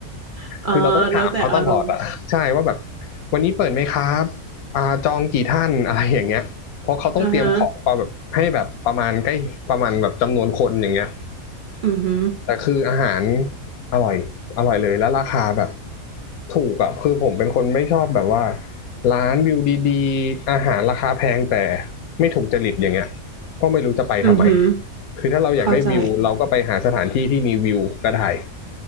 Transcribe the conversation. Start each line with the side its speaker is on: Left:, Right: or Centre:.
Right: <laughs> อ่าแล้วแต่อารมณ์
Left: คือเราต้องถามเขาตลอดอ่ะใช่ว่าแบบวันนี้เปิดไหมครับอ่าจองกี่ท่านอะไรอย่างเงี้ยเพราะเขาต้องเตรียมของมาแบบให้แบบประมาณใกล้ประมาณแบบจำนวนคนอย่างเงี้ย
Right: อ่าฮะอือหือ
Left: แต่คืออาหารอร่อยอร่อยเลยแล้วราคาแบบถูกอ่ะคือผมเป็นคนไม่ชอบแบบว่าร้านวิวดีๆอาหารราคาแพงแต่ไม่ถูกจริตอย่างเงี้ยก็ไม่รู้จะไปทำไม
Right: อือหือ
Left: คือถ้าเราอยากได้วิวเราก็ไปหาสถานที่ที่มีวิวก็ได้
Right: เข้าใจ